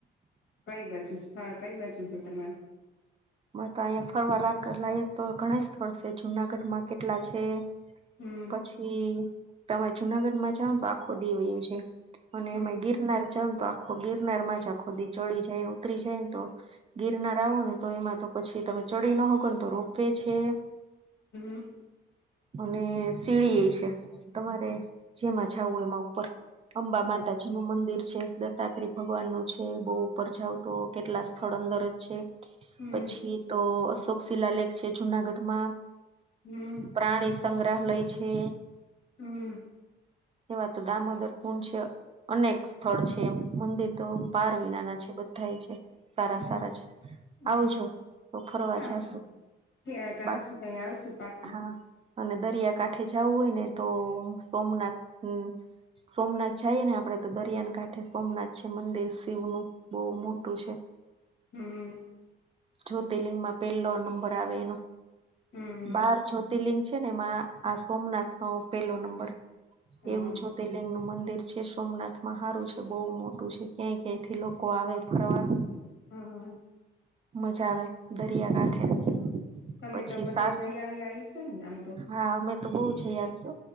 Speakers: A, on the left; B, on the right.
A: કઈ બાજુ સ્થળ? કઈ બાજુ હે તમાર
B: માતો અહીયા ફરવા લાક-લાયક તો ઘણાય સ્થળ છે, જુનાગઢમાં કેટલા છે?
A: હમ્મ.
B: પછી તમે જુનાગઢમાં જાવને તો, આખો દી વયો છે. અને
A: હમ
B: ગિરનાર જાઓ તો આ ગિરનારમાં જ આખો દી ચડી જાય ને, ઉતરી જાય ને, તો ગિરનાર આવો ને. તો એમાં તો પછી તમે ચડી નો હકો ને તો રોપવે છે.
A: <inaudible>
B: અને શીડીએ છે, તમારે જેમાં જાવું, એમાં ઉપર અંબા
A: હા
B: માતાજી નું મંદિર છે, દત્તાત્રી ભગવાન નું છે, બહુ ઉપર જાવ તો કેટલા સ્થળ અંદર જ છે.
A: હમ
B: પછી તો અશોક શિલાલેેક છે જુનાગઢમાં.
A: હમ્મ.
B: પ્રાણી સંગ્રહાલય છે.
A: હમ
B: એવા તો દામોદર <unintelligible> અનેક સ્થળ છે, એમ મંદિર તો પાર વિના છે, બધાય છે. સારા
A: હમ
B: સારા છે,
A: હમ
B: આવજો. તો ફરવા
A: આવશું
B: જાશું,
A: ક્યારેક
B: બા
A: આવશું તઈ આવશું પાકું
B: હા. અને દરિયાકાંઠે જાવું હોય ને, તો સોમનાથ. હમ્મ, સોમનાથ જાઈએ ને આપડે તો, દરિયાન કાંઠે સોમનાથ છે, મંદિર શિવનું બહુ મોટું
A: હમ
B: છે.
A: હમ
B: જ્યોતિર્લિંગમાં પેલ્લો નંબર આવે, એનો
A: હમ
B: બાર જો શિવર્લિંગ છે ને, એમાં આ સોમનાથનો પેલો નંબર.
A: હા
B: એવું જ્યોતિર્લિંગનું મંદિર છે સોમનાથમાં હારું છે બહુ મોટું છે ક્યાં ક્યાંથી લો કો આવે ફરવા.
A: હમ હ
B: મજા આવે દરિયાકાંઠે
A: તમે
B: પછી
A: તો બધે
B: સાસ
A: જઈ આવી આવી છે ને આમ તો
B: હા અમે તો બહુ જિયા તો